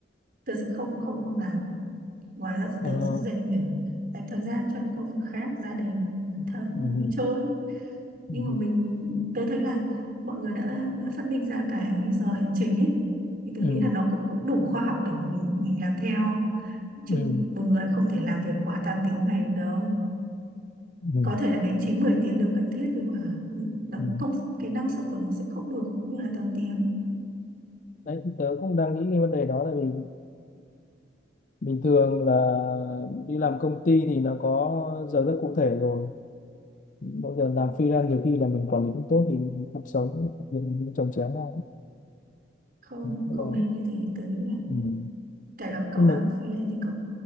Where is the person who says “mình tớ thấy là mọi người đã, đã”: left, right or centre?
Right